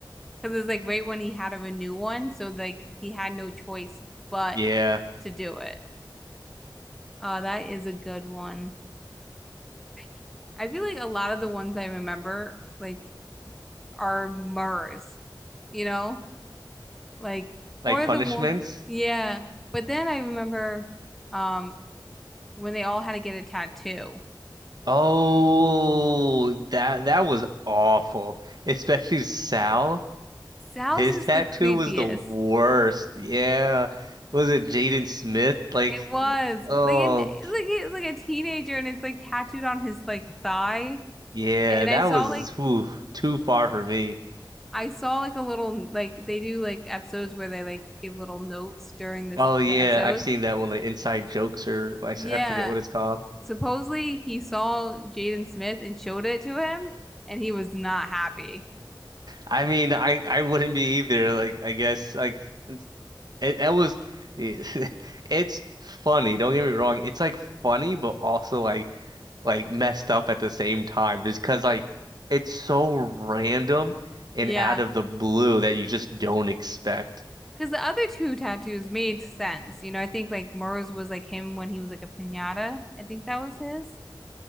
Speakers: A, in the centre; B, on the right.
A: Because it's like right when he had of a new one, so like he had no choice but
B: Yeah,
A: to do it. Oh, that is a good one. I c- I feel like a lot of the ones I remember like are Murs, you know? Like
B: like
A: or
B: punishments.
A: the one yeah. But then I remember um when they all had to get a tattoo.
B: Oh, that that was awful. Especially Sal.
A: Sal's
B: His
A: is
B: tattoo
A: the creepiest.
B: was the worst. Yeah. Was it Jaden Smith? Like,
A: It was
B: oh,
A: like and like he's like a teenager and it's like tattooed on his like thigh.
B: yeah,
A: And
B: that
A: I saw
B: was
A: like
B: whew, too far for me.
A: I saw like a little like they do like episodes where they like give little notes during this
B: Oh yeah,
A: the episode.
B: I've seen that one, like Inside Jokes or I, s-
A: Yeah.
B: I forget what it's called.
A: Supposedly he saw Jaden Smith and showed it to him and he was not happy.
B: I mean, I I wouldn't be either. Like, I guess like It, it was, <laughs> it's funny. Don't get me wrong. It's like funny, but also like like messed up at the same time. Just because like it's so random and
A: Yeah.
B: out of the blue that you just don't expect.
A: Because the other two tattoos made sense. You know, I think like Murs was like him when he was like a piñata. I think that was his.